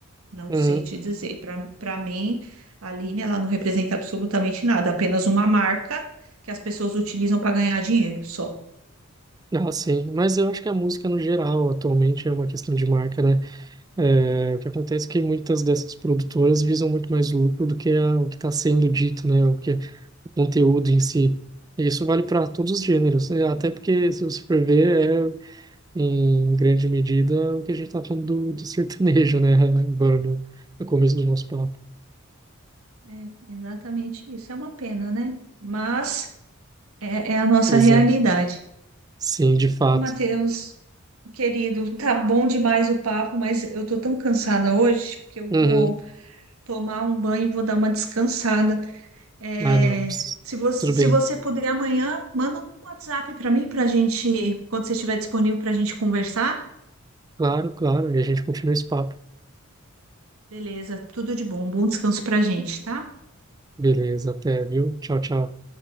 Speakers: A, on the right; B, on the right.
A: Não
B: uhum.
A: sei te dizer. Para para mim, a Aline, ela não representa absolutamente nada, apenas uma marca que as pessoas utilizam para ganhar dinheiro só.
B: Ah, sim. Mas eu acho que a música no geral atualmente é uma questão de marca, né? É, o que acontece é que muitas dessas produtoras visam muito mais lucro do que a- o que está sendo dito, né? O que é o conteúdo em si. E isso vale para todos os gêneros, né? Até porque, se você for ver, é em grande medida o que a gente está falando do, do sertanejo, né? <laughs> Agora no, no começo do nosso papo.
A: É, exatamente isso. É uma pena, né? Mas é, é a nossa
B: Pois
A: realidade.
B: é, sim, de fato.
A: Ô, Matheus, querido, tá bom demais o papo, mas eu tô tão cansada hoje que eu
B: Uhum.
A: vou tomar um banho e vou dar uma descansada. É,
B: Ah, não. isso-
A: se você,
B: Tudo
A: se
B: bem.
A: você puder amanhã, manda um WhatsApp para mim, para gente, quando você estiver disponível, para a gente conversar.
B: Claro, claro. E a gente continua esse papo.
A: Beleza, tudo de bom. Bom descanso pra gente, tá?
B: Beleza, até, viu? Tchau, tchau.